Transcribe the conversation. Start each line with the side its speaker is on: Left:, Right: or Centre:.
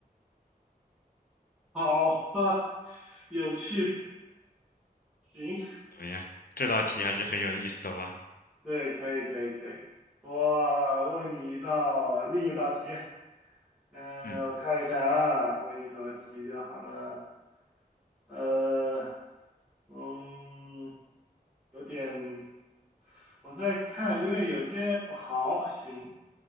Centre: 好吧，有趣，行，
Left: 怎么样？这道题还是很有意思的吧？
Centre: 对，可以，可以，可以。我问你一道另一道题，嗯，
Left: 嗯，
Centre: 我看一下啊，问你什么题比较好呢？呃，嗯，有点，我在看，因为有些，哦好，行，